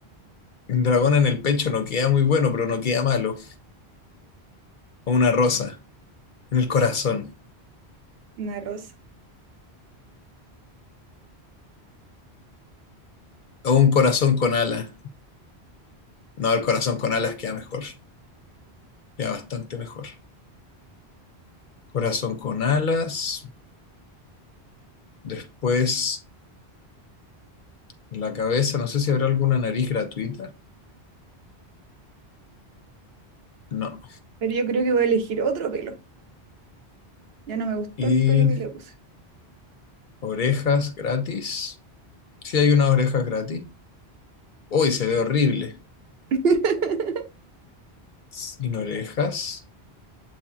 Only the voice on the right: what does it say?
Una rosa.
Pero yo creo que voy a elegir otro pelo. Ya no me gustó
el pelo que le puse.
<laughs>